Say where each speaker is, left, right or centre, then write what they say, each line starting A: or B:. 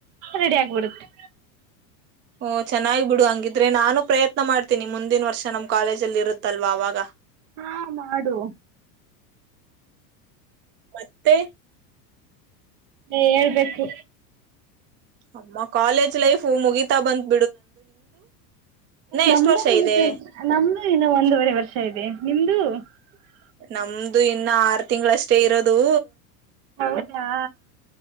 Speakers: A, on the right; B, on the right.
A: ರೆಡಿ ಆಗ್ಬಡತ್ತೆ
B: ಓ ಚೆನ್ನಾಗ್ ಬಿಡು ಹಂಗಿದ್ರೆ ನಾನು ಪ್ರಯತ್ನ ಮಾಡ್ತೀನಿ ಮುಂದಿನ ವರ್ಷ ನಮ್ ಕಾಲೇಜಲ್ಲಿ ಇರುತ್ತಲ್ವಾ ಅವಾಗ
A: ಹಾ ಮಾಡು
B: ಮತ್ತತೆ
A: ೇ ಹೇಳ್ಬೇಕು
B: ಅಮ್ಮ ಕಾಲೇಜ್ ಲೈಫ್ ಮುಗೀಿತಾ ಬಂತು
A: ನಮ್ದು
B: ಎಷ್ಟ್ ವರ್ಷ
A: ಮು
B: ಇದೆ
A: ನಮ್ದು ಇನ್ನು ಒಂದೂವರೆ ವರ್ಷ ಇದೆ ನಿಮ್ದು ಹ
B: ನಮ್ದು ಇನ್ನು ಆರು ತಿಂಗಗಳಷ್ಟೇ ಇರೋದು
A: ಹೌದಾ